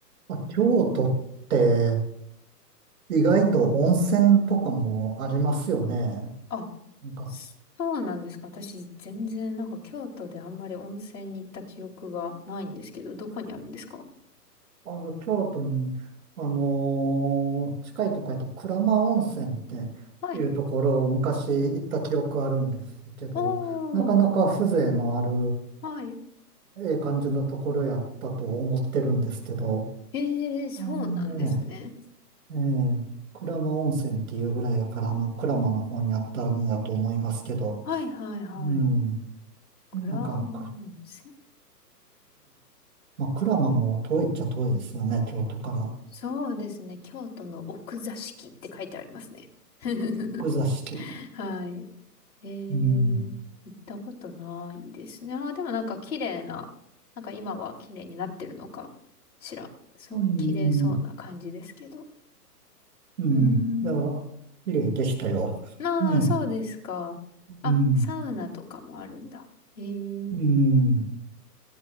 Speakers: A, on the right; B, on the left.
A: まあ、京都って意外と温泉とかもありますよね。
B: あ、
A: なんか、
B: そうなんですか。私、全然、なんか、京都であんまり温泉に行った記憶がないんですけど、どこにあるんですか
A: あの、京都に、あのー近いとこやと鞍馬温泉っていうところを昔行った記憶あるんですけど、
B: はい。おー、
A: なかなか風情のある、
B: はい。
A: ええ感じのところやったと思ってるんですけど、
B: ええー、そうなんですね。
A: うんええ鞍馬温泉っていうぐらいやから、あの、鞍馬の方にあったんやと思いますけど、
B: はいはいはい。
A: うん。
B: 蔵間温泉。
A: なんか、これ、まあ、クラマも遠いっちゃ遠いですよね、京都から。
B: そうですね。京都の奥座敷って書いてありますね。<laughs>
A: 奥座敷。
B: はい。えー、
A: うん。
B: 行ったことないですね。あー、でもなんか綺麗な、なんか今は綺麗になってるのかしら。すごい綺麗そうな感じですけど。
A: うん。うん。
B: うーん、
A: いや、綺麗でしたよ。
B: まあ、
A: ええ。
B: そうですか。あ、
A: うん。
B: サウナとかもあるんだ。えー、
A: うん。